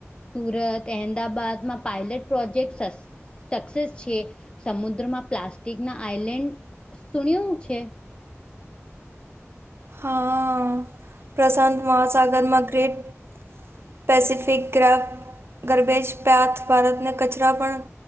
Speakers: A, on the left; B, on the right.
A: સુરત અહેમદાબાદમાં પાયલટ પ્રોજેક્ટ્સ અસ- સક્સેસ છે સમુદ્રમાં પ્લાસ્ટિક ના આઈલેન્ડ સુણ્યું છે.
B: હા પ્રશાંત મહાસાગરમાં ગ્રેટ- પેસિફિક ગ ગર્બેજ પેથ ભારતને કચરા પણ-